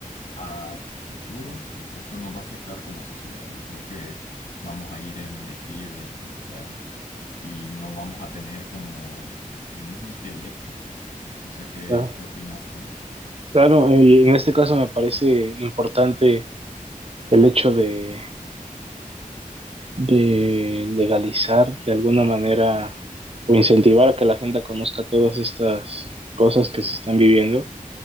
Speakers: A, on the left; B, on the right.
A: a futuro, pues esto nos va a afectar como sociedad. Yo creo que vamos a ir en declive, o sea, y no vamos a tener como el mismo intelecto. No sé qué,
B: Ah,
A: qué opinas tú.
B: Claro, eh, y en este caso me parece importante el hecho de, de legalizar de alguna manera o incentivar a que la gente conozca todas estas cosas que se están viviendo.